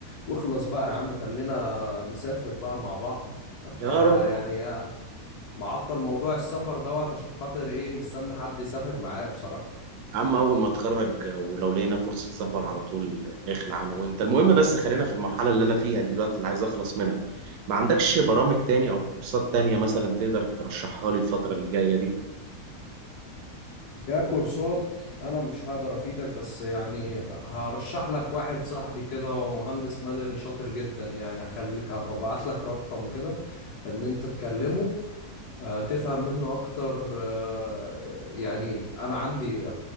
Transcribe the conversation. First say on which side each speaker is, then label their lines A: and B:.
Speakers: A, on the left; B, on the right.
A: واخلص بقى يا عم خلينا نسافر بقى مع بعض
B: يا
A: انا
B: رب اه
A: يعني آه، معطل موضوع السفر دوت عشان خاطر ايه مستني حد يسافر معايا بصراحة
B: يا عم اول ما اتخرج ولو لقينا فرصة سفر على طول نخلع انا وانت المهم بس خلينا في المرحلة اللي انا فيها دلوقتي اللي عايز اخلص منها ما عندكش برامج تاني او كورسات تانية مثلا تقدر ترشحها لي الفترة اللي جاية دي
A: ككورسات انا مش هقدر افيدك بس يعني هرشح لك واحد صاحبي كده هو مهندس مدني شاطر جدا يعني هخليك هبقى ابعت لك رقمه كده ان انت تكلمه آه، تفهم منه اكتر آه، يعني انا عندي